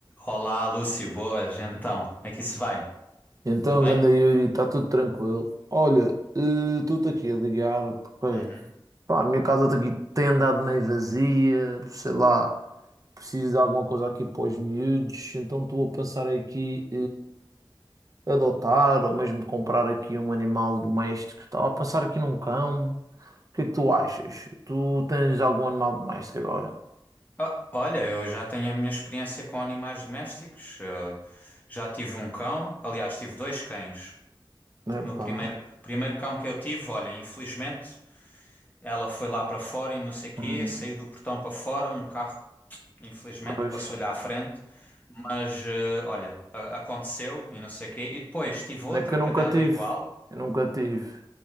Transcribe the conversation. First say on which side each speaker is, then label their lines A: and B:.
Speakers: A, on the left; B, on the right.
A: Olá, Lúcio, boas, então, como é que isso vai?
B: Então,
A: Tudo
B: ganda
A: bem?
B: Yuri, está tudo tranquilo. Olha, eh, estou-te aqui a ligar porque
A: Uhum.
B: pá, a minha casa tá aqui tem andado meio vazia, sei lá, preciso de alguma coisa aqui para os miúdos, então estou a pensar aqui eh, adotar ou mesmo comprar aqui um animal doméstico. Estava a pensar aqui num cão. O que é que tu achas? Tu tens algum animal doméstico agora?
A: Ah, olha, eu já tenho a minha experiência com animais domésticos. eh, já tive um cão, aliás, tive dois cães.
B: Epá,
A: O meu primeiro, primeiro cão que eu tive, olha, infelizmente, ela foi lá para fora e não sei quê,
B: Hum,
A: saiu do portão para fora, um carro, infelizmente,
B: pois.
A: passou-lhe à frente. Mas, eh, olha, a- aconteceu e não sei quê. E depois tive outra
B: É que eu
A: cadela
B: nunca tive.
A: igual,
B: Eu nunca tive.